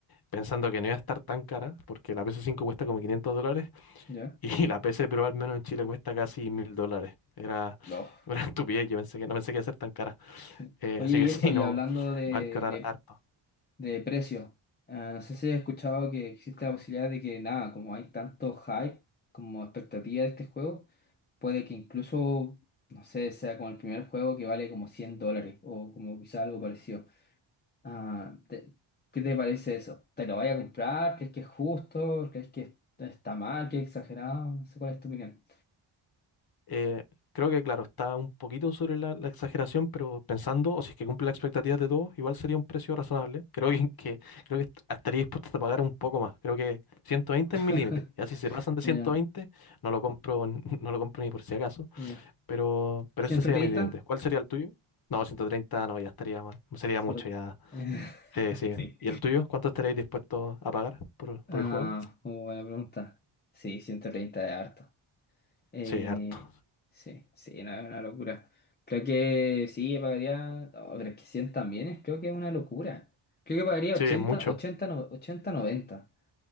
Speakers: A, on the left; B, on the left.
A: pensando que no iba a estar tan cara, porque la PS5 cuesta como 500 dólares <laughs>
B: ya.
A: y la PC Pro al menos en Chile cuesta casi 1000 dólares. Era
B: No.
A: <laughs> una estupidez, yo pensé que no pensé que iba a ser tan cara.
B: Sí.
A: Eh,
B: Oye,
A: así
B: y
A: que <laughs>
B: eso,
A: sí,
B: y
A: no,
B: hablando de,
A: va a ahorrar
B: de,
A: harto.
B: de precio, eh, no sé si has escuchado que existe la posibilidad de que, nada, como hay tanto hype como expectativa de este juego, puede que incluso, no sé, sea como el primer juego que vale como 100 dólares o como quizá algo parecido. Ah, te- ¿qué te parece eso? ¿Te lo vaya a comprar? ¿Crees que es justo? ¿Crees que está mal? ¿Que es exagerado? No sé cuál es tu opinión.
A: Eh, creo que, claro, está un poquito sobre la, la exageración, pero pensando, o si es que cumple las expectativas de todos, igual sería un precio razonable. Creo que, que- creo que est- estaría dispuesto a pagar un poco más. Creo que 120
B: <laughs>
A: es mi límite. Ya si se pasan de 120,
B: Ya,
A: no lo compro, n- <laughs> no lo compro ni por si acaso.
B: ya.
A: Pero, pero
B: ¿130?
A: ese sería mi límite. ¿Cuál sería el tuyo? No, 130 no, ya estaría mal. Sería mucho,
B: Por-
A: ya.
B: <laughs>
A: Sí, sí.
B: Sí.
A: ¿Y el tuyo? ¿Cuánto estaréis dispuestos a pagar por, por
B: Ah,
A: el juego?
B: muy buena pregunta. Sí, 130 es harto. Eh,
A: Sí, harto.
B: sí, sí, no, es una locura. Creo que sí, pagaría. oh, pero es que 100 también es, creo que es una locura. Creo que pagaría
A: Sí,
B: 80
A: es mucho.
B: 80 no- 80 noventa